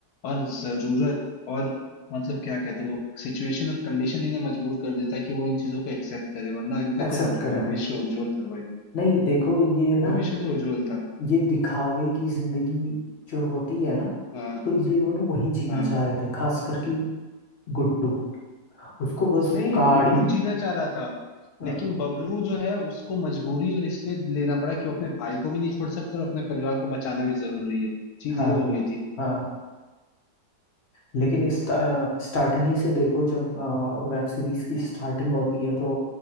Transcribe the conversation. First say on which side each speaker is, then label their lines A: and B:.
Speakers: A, on the left (about 75°); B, on the left (about 50°).
A: और जरूरत और मतलब क्या कहते हैं वो सिचुएशन और कंडीशन इन्हें मजबूर कर देता है कि वो इन चीजों को एक्सेप्ट करे वरना इनका
B: एक्सेप्ट
A: तो
B: करें
A: भविष्य उज्जवल था भाई
B: नहीं देखो ये ना
A: भविष्य तो उज्जवल था
B: ये दिखावे की जिंदगी जो होती है ना
A: हाँ
B: तो ये दोनों वही जीना
A: हाँ
B: चाह रहे थे खास करके गुड्डू उसको बस
A: नहीं
B: काड़ी
A: गुड्डू जीना चाह रहा था
B: हाँ
A: लेकिन बबलू जो है उसको मजबूरी और इसमें लेना पड़ा कि वो अपने भाई को भी नहीं छोड़ सकता और अपने परिवार को बचाना भी जरूरी है चीज
B: हाँ
A: ये हो गई थी
B: हाँ। लेकिन स्टा, स्टार्टिंग ही से देखो जब वेब सीरीज की स्टार्टिंग होती है तो